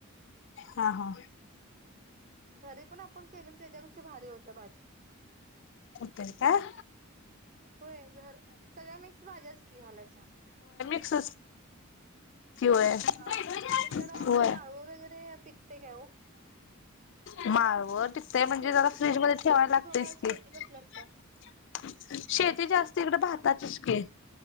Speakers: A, on the left; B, on the right.
A: हा हा.
B: घरी पण आपण केले त्याच्या गोष्टी त्याच्यापेक्षा भारी होती भाजी.
A: होतंय काय?
B: होय, घर सगळ्या मिक्स भाज्याच की घालायच्या.
A: <unintelligible> किव <unintelligible> व्हय
B: हा तुमच्याकडं असं माळव वगैरे पिकते काय हो
A: माळवत पिकतय म्हणजे
B: शेती
A: जरा फ्रीज मध्ये ठेवायला
B: जास्त
A: लागतयच
B: प्रमाणात शेती
A: की,
B: कसली असत्या?
A: शेती जास्त इकड भाताचीच की